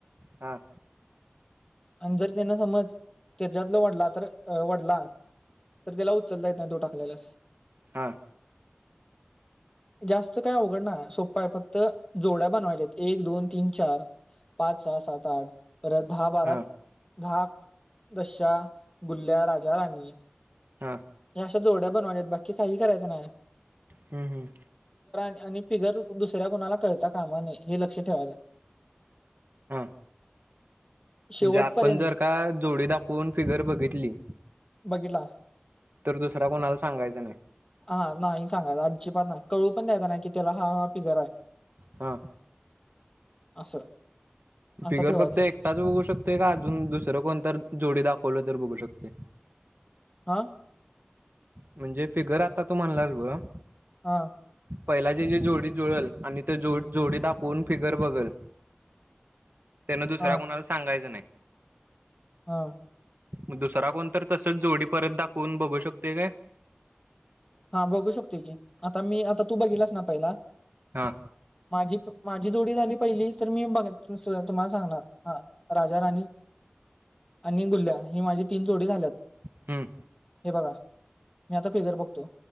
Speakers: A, on the right (about 55°); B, on the left (about 20°).
A: हां
B: आणि जर त्यांना समज त्याच्यातला वडला तर वडला - तर त्याला उचलता येत नाही. तो टाकलेलास -
A: हां.
B: जास्त काय अवघड नाही. सोप्पा आहे फक्त जोड्या बनवायच्या एक. दोन. तीन. चार - पाच. सहा. सात. आठ. परत दहा. बारा.
A: हा
B: दहा. दशा गुल्ल्या राजा राणी!
A: हा.
B: या अशा जोड्या बनवाच्या हाईत बाकी काही करायचं नाही.
A: हम्म- हम्म.
B: आणि फिगर दुसऱ्या कुणाला कळता कामा नये हे लक्ष ठेवायचं.
A: हा.
B: शेवटपर्यंत
A: म्हणजे आपण जर का जोडी दाखवून फिगर बघितली.
B: बघितला
A: तर दुसरा कोणाला सांगायचं नाही.
B: हा नाही सांगायच. आजिबात पण नाही. कळू पण द्यायचा नाही कि त्याला हा-हा फिगर आहे.
A: हां.
B: असं.
A: फिगर
B: असं ठेवायचा
A: फक्त एकटाच बघू शकतोय का अजून दुसरं कोणत जोडी दाखवत. खोल्ल तर बघू शकते.
B: हा
A: म्हणजे फिगर आता तू म्हणलास ब!
B: हां
A: पहिलाची जी जोडी जुळल आणि ती जोडी दाखवून फिगर बघल. त्यानं दुसरा
B: हा
A: कोणाला सांगायचं नाही
B: हा
A: मग दुसरा कोणत तसच जोडी परत दाखवून बघू शकते काय
B: हा बघू शकते की आता मी आता तू बघलास ना पहिला
A: हा
B: माझी माझी जोडी झाली पहिली तर मी बघ तुम्हाला सांगणार हा राजा राणी आणि गुल्ल्या ही माझी तीन जोडी झाल्यात
A: हम्म
B: हे बघा मी आता फिगर बघतो